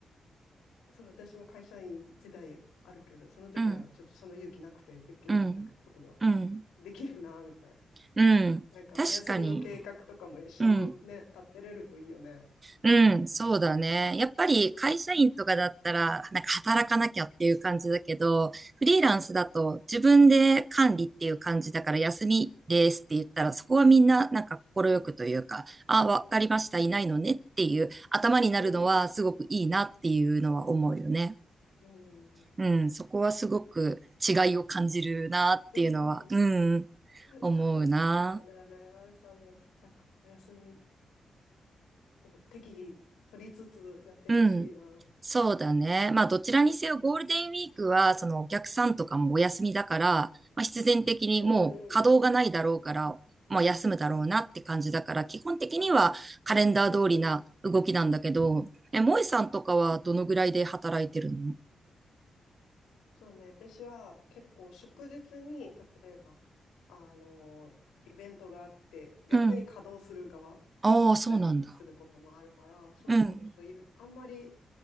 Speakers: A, on the left; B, on the right.
A: そう、私も会社員時代あるけど、その時はちょっとその勇気なくてできなかったことが
B: うん。うん。うん。
A: できるな、みたいな。
B: うん。
A: なんかお休みの計画とかも一緒にね、
B: 確かに。うん。
A: 立てれるといいよね。
B: うん、そうだね。やっぱり会社員とかだったら、なんか働かなきゃっていう感じだけど、フリーランスだと自分で管理っていう感じだから休みですって言ったら、そこはみんななんか快くというか、あ、わかりました、いないのねっていう頭になるのはすごくいいなっていうのは思うよね。
A: うん。うん。
B: うん、そこはすごく違いを感じるなっていうのは、
A: いや。<laughs>
B: うん、
A: <laughs>
B: 思うな。
A: そうそうだよね、まみさんも、なんか、お休みを適宜取りつつやってほしいな。
B: うん。そうだね。まあ、どちらにせよゴールデンウィークは、そのお客さんとかもお休みだから、まあ、必然的にもう稼働がないだろうから、
A: うんうんうん。
B: まあ、休むだろうなって感じだから、基本的にはカレンダー通りな動きなんだけど、
A: あ、うんうんうん。
B: え、萌えさんとかはどのぐらいで働いてるの
A: そうね、私は結構祝日に、例えば、あのーイベントがあって、逆に稼働する側だったりもすることもあるから、
B: うん。ああ、そうなんだ。
A: そうそうそう、
B: うん。
A: イベあんまり、